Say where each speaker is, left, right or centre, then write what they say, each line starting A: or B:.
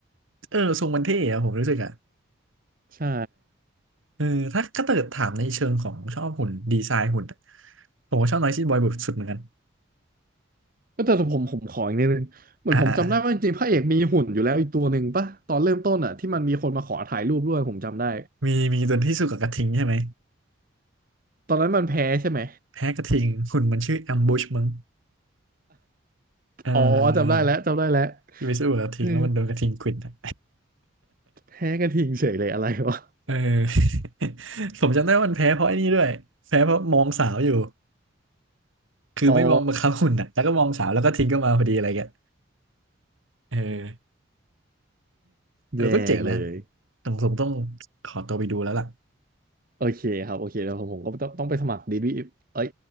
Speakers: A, on the right; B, on the right.
A: เออทรงมันเท่อะผมรู้สึกอะ
B: ใช่
A: เออถ้าถ้าเกิดถามในเชิงของชอบหุ่นดีไซน์หุ่นอะผมก็ชอบ Noisy Boy สุดเหมือนกัน
B: ก็แต่ผมผมขออีกนิดนึงเหมือนผมจำได้ว่าจริงๆพระเอกมีหุ่นอยู่แล้วอีกตัวหนึ่งป่ะตอนเริ่มต้นอ่ะที่มันมีคนมาขอถ่ายรูปด้วยผมจำได้
A: อ่าอ่า มีมีตัวที่สู้กับกระทิงใช่ไหม
B: ตอนนั้นมันแพ้ใช่ไหม
A: แพ้กระทิงหุ่นมันชื่อแอมบูชมั้งเออเออ
B: อ๋อจำได้แล้วจำได้แล้ว
A: ที่ไปสู้กับกระทิงแล้วมันโดนกระทิงขวิด
B: เออ
A: <laughs> อะ
B: แพ้กระทิงเฉยเลยอะไรวะ
A: เออ <laughs> ผมจำได้ว่ามันแพ้เพราะไอ้นี่ด้วยแพ้เพราะมองสาวอยู่คือไม่มองมาเขาหุ่นอ่ะแล้วก็มองสาวแล้วก็ทิ้งก็มาพอดีอะไรเงี้ย
B: อ๋อ
A: เออเออก็เจ๋งนะ
B: แย่เลย
A: ต้องผมต้องขอตัวไปดูแล้วล่ะ
B: โอเคครับโอเคแล้วผมผมก็ต้องต้องไปสมัครดีบีเอ้ย